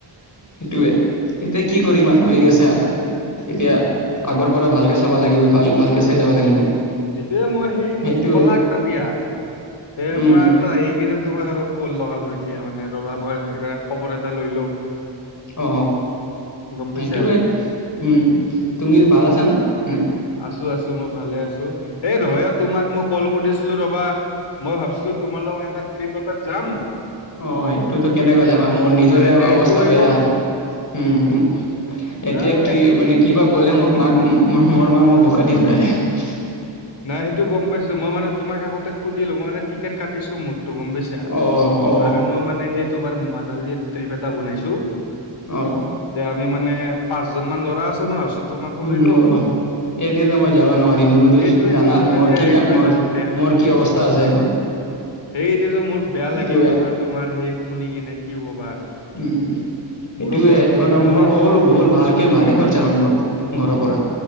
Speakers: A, on the left (about 40°); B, on the left (about 85°).
A: সেইটোয়ে এতিয়া কি কৰিম আৰু হৈ গৈছে আৰু। এতিয়া
B: হম
A: আগৰ পৰা ভালকে চাবা লাগিব, ভাল ভালকে চাই যাবা লাগিব।
B: সেইটোয়ে মই সেই মোক
A: সেইটোৱে
B: ক'লাক ততিয়া তে
A: উম
B: মই আৰু আহি কিনে। তোমাক আৰু কল লগালোঁ এতিয়া মানে ৰ'বা মই খবৰ এটা লৈ লওঁ।
A: অ,
B: গম
A: সেইটোৱে
B: পাইছা
A: উম, তুমি ভাল আছা আছানে। নে
B: আছোঁ, আছোঁ মই ভালে আছোঁ এই নহয় অ, তোমাক মই কল কৰিছিলোঁ ৰ'বা। মই ভাবিছিলোঁ তোমাৰ লগৰ এটা ট্ৰিপ এটাত যাম।
A: অ, এইটোতো কেনেকুৱা
B: তে তোমাৰ
A: যাবা মোৰ
B: তোমাৰ
A: নিজৰে
B: এতিয়া
A: অৱস্থা
B: এইটো হৈ
A: বেয়া।
B: গ'ল
A: উম,
B: নাই
A: এতিয়া
B: মই
A: কি মানে কিবা ক'লে মাক মোৰ মা মোক বোকা <unintelligible>
B: নাই সেইটো গম পাইছোঁ মই মানে তোমাক আগতে সুধিলোঁ, মই মানে টিকট কাটিছো মোৰ। ত গম পাইছা,
A: অ অ
B: আমি মই মানে সেই তোমাৰ মানালীৰ ট্ৰিপ এটা বনাইছোঁ।
A: অ,
B: এয়া আমি মানে পাঁচজন মান ল'ৰা আছ মই ভাৱিছোঁ তোমাকো
A: উম
B: লৈ লওঁ।
A: অ এতিয়াতো মই যাব নোৱাৰিম তুমিতো
B: সেইটোয়েতো
A: জানা
B: মোৰ এতিয়া
A: কি
B: সেইটোয়েতো
A: কা মোৰ
B: বেয়া
A: মোৰ কি অৱস্থা আছে এখন
B: সেইটোয়েতো মোৰ বেয়া
A: সেইটোৱে
B: লাগি গ'ল না তোমাৰ সেই শুনি কিনে কি ক'বা আৰু
A: উম, উম।
B: মোৰো
A: সেইটোয়ে
B: বৰ
A: <unintelligible>
B: বেয়া লাগিল
A: মোৰ
B: ৰ'বা
A: হ'ল, হ'ল ভালকে ভালে খৰচা হ'ল মোৰ
B: উম,
A: ঘৰৰ পৰা।